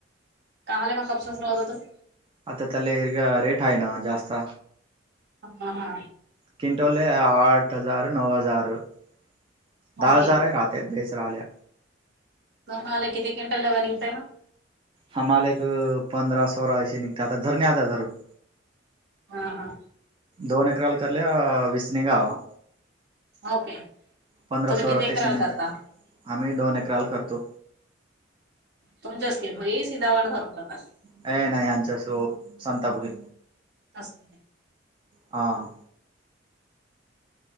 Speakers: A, on the right; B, on the right.
A: काय मग कप् सुरवत होतो <unintelligible>
B: आता त्याले इर्ग रेट हाय ना जास्त
A: हां हां
B: क्विटोले आठ हजार नऊ हजार दहा
A: ओके
B: हजार आहे राहते बेच राले
A: मग मला किती किंटा ल वर्िंग आहे ना <unintelligible>
B: हमले एक पंधरासो राशी निघत आता धरणे आता जरूर
A: हा हा
B: दोन एकराल कराले विस नींगावा
A: ओके
B: पंधरा
A: तुम्ही
B: सोळा
A: किती्रल
B: तशी निघते
A: करता
B: आम्ही दोन एकराल करतो
A: तुमच्याच के भई सिधावाना सरू करतात
B: अ नाही आच्या शो सांताभही
A: तस्
B: हां